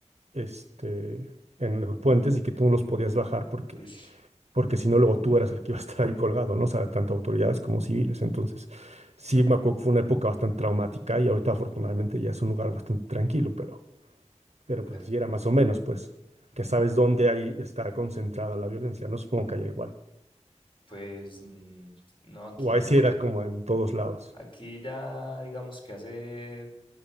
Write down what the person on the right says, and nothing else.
este, en los puentes y que tú no los podías bajar porque,
porque si no, luego tú eras el que iba a estar ahí colgado, ¿no? O sea, tanto autoridades como civiles. Entonces, sí,
me acuerdo que fue una época bastante traumática y ahorita afortunadamente ya es un lugar bastante tranquilo, pero pero pues
así era más o menos, pues,
que sabes dónde ahí está concentrada la violencia, no supongo que haya igual.
O ahí sí era como en todos lados.